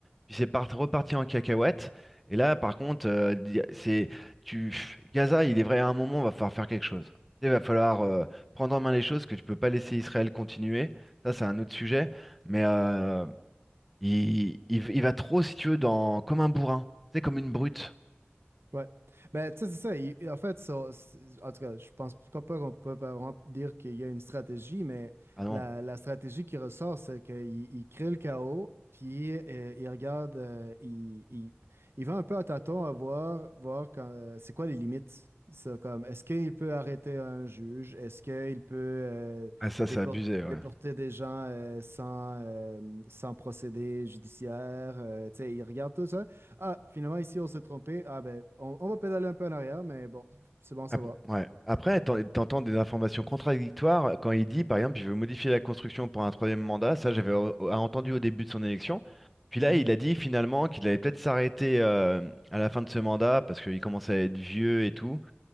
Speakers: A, in the centre; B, on the right.
A: puis c'est part- reparti en cacahuète. Et là, par contre, euh, di- c'est tu pff, Gaza, il est vrai à un moment, va falloir faire quelque chose. Il va falloir
B: Ouais.
A: euh, prendre en main les choses, que tu peux pas laisser Israël continuer. Ça, c'est un autre sujet. Mais euh, il, il, il va trop, si tu veux, dans comme un bourrin. C'est comme une brute.
B: Ouais. Ben, tu sais, c'est ça. il- en fait, ça- c'est- en tout cas, je pense pas pas qu'on peut pas vraiment dire qu'il y a une stratégie, mais
A: Ah non,
B: la, la stratégie qui ressort, c'est qu'il il crée le chaos, puis euh, il regarde, euh, il, il, il va un peu à tâtons à voir, voir quand, euh, c'est quoi les limites. Ça, comme, est-ce qu'il peut arrêter un juge? Est-ce qu'il peut euh,
A: ah, ça,
B: dépor-
A: c'est abusé. ouais.
B: déporter des gens euh, sans, euh, sans procédé judiciaire? Euh, tu sais, il regarde tout ça. Ah, finalement, ici, on s'est trompé. Ah, ben, on, on va pédaler un peu en arrière, mais bon, c'est bon, ça
A: Ap-
B: va. <laughs>
A: ouais. Après, t'en- t'entends des informations contradictoires quand il dit, par exemple, il veut modifier la construction pour un troisième mandat. Ça, j'avais o- o- entendu au début de son élection. Puis là,
B: Mhm.
A: il a dit finalement qu'il allait peut-être s'arrêter euh, à la fin de ce mandat parce qu'il commençait à être vieux et tout.